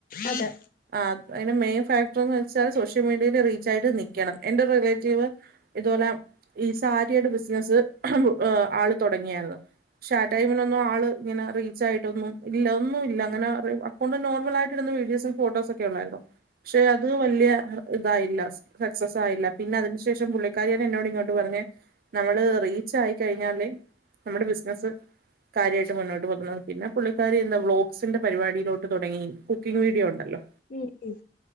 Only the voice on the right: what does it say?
ആഹ് അതിന്റെ മെയിൻ ഫാക്ടർന്ന് വെച്ചാൽ സോഷ്യൽ മീഡിയയിൽ റീച്ചായിട്ട് നിക്കണം എന്റെ റിലേറ്റീവ് ഇതുപോല ഈ സാരിയുടെ ബിസിനസ്സ് ആള് തുടങ്ങിയാരുന്നു ക്ഷെ ആ ടൈമിനൊന്നും ആള് ഇങ്ങന റീ ച്ചായിട്ടൊന്നും ഇല്ല ഒന്നും ഇല്ല അങ്ങനെ അക്കൗണ്ട് നോർമലായിടുന്ന വീഡിയോസും ഫോട്ടോസൊക്കെ ഉള്ളായിരുന്നു പക്ഷെ അത് വലിയ ഇതായില്ല സക്സസ് ആയില്ല പിന്നെ അതിനു ശേഷം പുള്ളി കാര്യാണ് എന്നോട് ഇങ്ങോട്ട് പറഞ്ഞെ നമ്മള് റീച്ച് ആയി കഴിഞ്ഞാലേ നമ്മുടെ ബിസിനസ് കാര്യമായിട്ട് മുന്നോട്ട് പോകുന്നത് പിന്നെ പുള്ളിക്കാരി ഇരുന്ന് വ്ലോഗ്സിന്റെ പരിപാടിയിലോട്ട് തൊടങ്ങി കുക്കിംഗ് വീഡിയോ ഉണ്ടല്ലോ